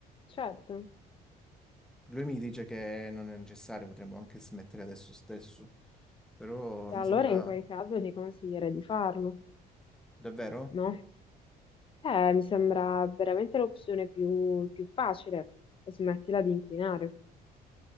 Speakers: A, on the left; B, in the centre.
A: certo.
B: Lui mi dice che non è necessario, potremmo anche smettere adesso stesso, però
A: E
B: mi
A: allora
B: sembra
A: in quel caso ti consiglierei di farlo,
B: davvero?
A: no? Eh, mi sembra veramente l'opzione più, più facile. Smettila di inquinare.